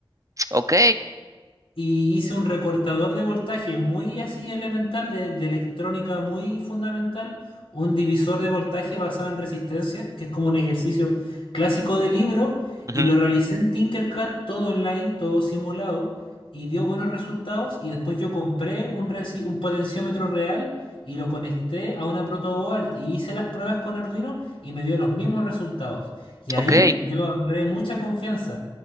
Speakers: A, on the right; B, on the left.
A: Ok.
B: y hice un recortador de voltaje muy así elemental, de, de electrónica muy fundamental, un divisor de voltaje basado en resistencia, que es como un ejercicio clásico de libro,
A: ujú,
B: y lo realicé en Tinkercad, todo online, todo simulado, y dio buenos resultados, y después yo compré un, resi- un potenciómetro real. Y lo conecté a una protoboard y hice las pruebas con Arduino y me dio los mismos resultados. Y ahí
A: Ok.
B: yo agarré mucha confianza